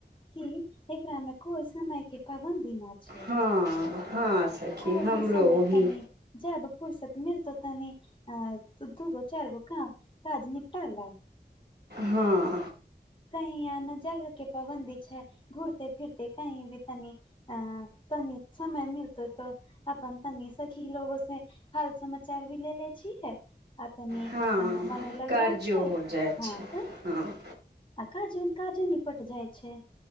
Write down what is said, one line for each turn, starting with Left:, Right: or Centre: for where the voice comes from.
Left: की एकरा मे कोइ समय के पाबन्दी न छै
Right: हँ हँ सखी
Left: कोनो
Right: हमरो
Left: समय
Right: ओही
Left: तनी जब फुरसत मिलतौ तने अ दू गो चार गो काम काज निपटाल ल
Right: हँ
Left: कही य ने जगह के पाबन्दी छै घूुरते फिरते कहीं भी तनी आ तनी समय मिलत तऽ अपन तनी शखी लोगो से हाल समाचार भी ले लै छीयै आ तनि
Right: हँ
Left: मनो लागि
Right: कर्जो
Left: जाइ छै
Right: हो जाइ छै
Left: हँ तऽ
Right: हँ
Left: आ काज काजो निपट जाइ छै